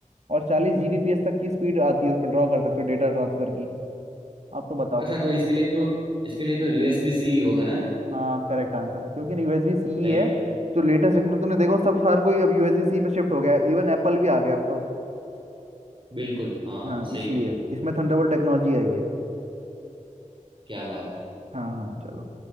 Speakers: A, on the right; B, on the right.
A: और चालीस जीबीपीएस तक की स्पीड आती है उसमें ड्रॉ कर सकते हो डेटा ट्रांसफर की आप तो बताओ
B: अच्छा
A: फिर
B: तो इसके लिए तो इसके लिए तो यूएसबी सी होगा ना
A: हाँ करेक्ट आंसर क्योंकि यूएसबी सी ही
B: सही
A: है
B: है
A: जो लेटेस्ट टेक्नो तूने देखो सब हर कोई अब यूएसबी सी में शिफ्ट हो गया इवन एप्पल भी आ गया अब तो
B: बिल्कुल हाँ
A: हाँ
B: सही
A: इसलिए
B: है
A: इसमें थंडरबोल्ट टेक्नोलॉजी आई है
B: क्या बात है
A: हाँ हाँ चलो